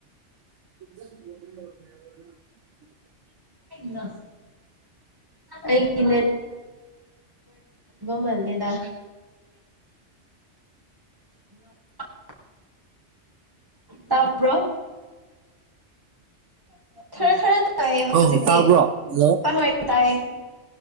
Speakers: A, on the right (about 75°); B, on the right (about 15°).
A: <inaudible>
B: ꯂ ꯑꯩ ꯃꯂꯦꯗ <inaudible> ꯇꯥꯕ꯭ꯔꯣ ꯈꯔ ꯈꯔ ꯇꯥꯏꯌꯦ ꯍꯧꯖꯤꯛꯇꯤ
A: ꯑꯧ ꯇꯥꯕ꯭ꯔꯣ ꯍꯜꯂꯣ
B: ꯇꯥꯔꯦ ꯇꯥꯏꯌꯦ